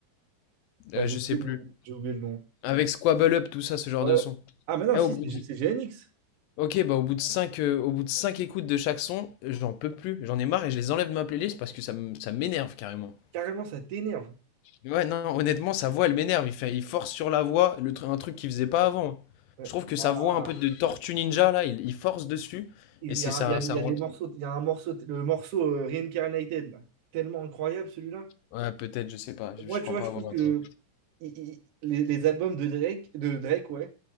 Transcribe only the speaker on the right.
Bah,
j'ai
oublié
le nom. J'ai oublié le nom.
Ouais.
Ah, mais non,
si,
c'est c'est J N x
Carrément, ça t'énerve.
Ouais.
Bah,
Il
y a,
il y a- il
y
a des morceaux, il y a un morceau, le morceau euh, Reincarnated, là. Tellement incroyable celui-là.
Moi,
tu
vois,
je
trouve que
il- il- les, les albums de Drake, de Drake, ouais,